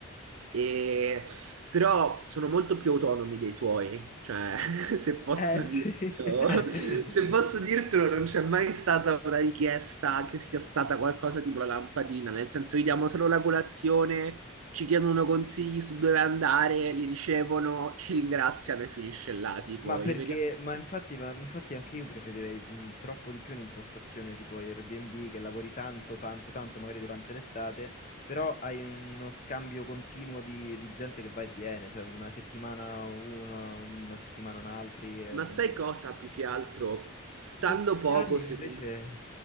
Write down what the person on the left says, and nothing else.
Eh
sì.
<laughs>
Ma perché,
ma infatti, ma infatti anche io preferirei mh, troppo di più un'impostazione tipo Airbnb che lavori tanto, tanto, tanto, magari durante l'estate, però hai uno scambio continuo di, di gente che va e viene, cioè una settimana uno, una settimana un altri. e,
mh,
tutti
gli anni invece